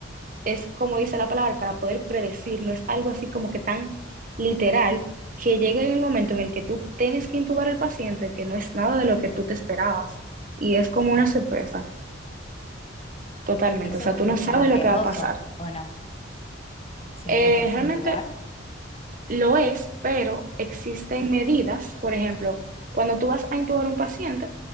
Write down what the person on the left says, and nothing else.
Y eso
me
suena riesgoso,
¿o no? Si
no lo puedes
entubar,